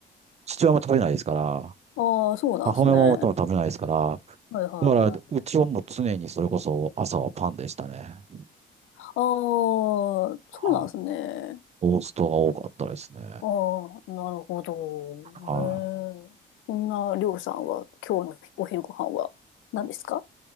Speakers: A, on the right (about 35°); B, on the left (about 80°).
A: 父親も食べないですから、
B: ああ、そうなんですね。
A: 母親も多分食べないですから、
B: はいはいはい。
A: だから、うちはもう常にそれこそ朝はパンでしたね。
B: ああ、そうなんですね。
A: はい。トーストが多かったですね。
B: ああ、なるほど。
A: は
B: ええ。そんな、りょうさんは、今日のお昼ご飯は何ですか